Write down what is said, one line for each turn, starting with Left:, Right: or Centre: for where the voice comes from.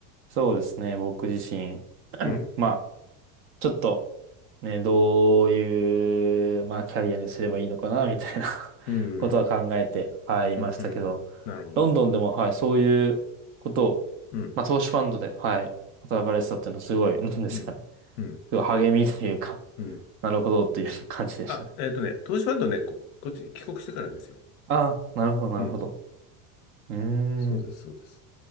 Right: そうですね。僕自身、
Left: うん。
Right: まあ、ちょっとね、どういう、まあ、キャリアにすればいいのかな、みたいな
Left: うん。
Right: <laughs> ことは考えて、はい、
Left: うん。
Right: いましたけど、
Left: うんなるほど。
Right: ロンドンでも、はい、そういうことを、
Left: うん。
Right: まあ、投資ファンドで、はい、働かれてたっていうのはすごい、なんですかね。
Left: うん。うん。
Right: すごい励みというか、
Left: うん。
Right: なるほどっていう感じでしたね。
Left: あ、えっとね、投資ファンドね、こ、こっち帰国してからですよ。
Right: ああ、なるほど、なるほど。
Left: うん。
Right: うーん。
Left: そうです、そうです。